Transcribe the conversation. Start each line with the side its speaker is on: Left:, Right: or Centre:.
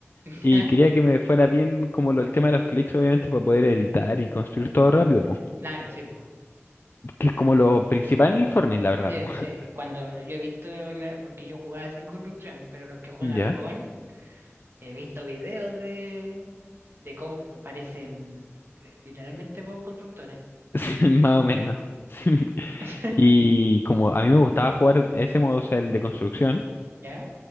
Right: <laughs>
Left: y quería que me fuera bien como lo- el tema de los clics, obviamente, para poder editar y construir todo rápido, po,
Right: Claro, sí, po.
Left: que es como lo principal en el Fortnite, la verdad.
Right: Sí,
Left: po.
Right: sí. Cuando yo he visto, la- porque yo jugaba sin construcción, pero los que juegan
Left: <laughs> ¿Ya?
Right: con,
Left: <laughs>
Right: he visto videos de, de cómo parecen re- literalmente Bob constructores.
Left: Sí, más o menos. <laughs> Sí.
Right: <laughs>
Left: Y como a mí me gustaba jugar ese modo, o sea, el de construcción,
Right: ¿Ya?